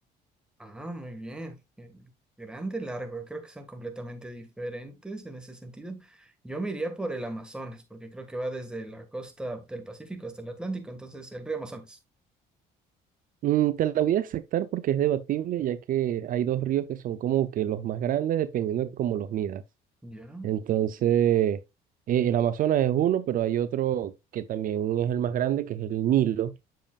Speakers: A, in the centre; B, on the right (about 55°).
A: Ah, muy bien. Eh, Grande, largo. Creo que son completamente diferentes en ese sentido. Yo me iría por el Amazonas, porque creo que va desde la costa del Pacífico hasta el Atlántico, entonces el río Amazonas.
B: Mm, te la voy a aceptar porque es debatible, ya que hay dos ríos que son como que los más grandes dependiendo de cómo los midas.
A: Ya.
B: Entonces, eh, el Amazonas es uno, pero hay otro que también es el más grande, que es el Nilo,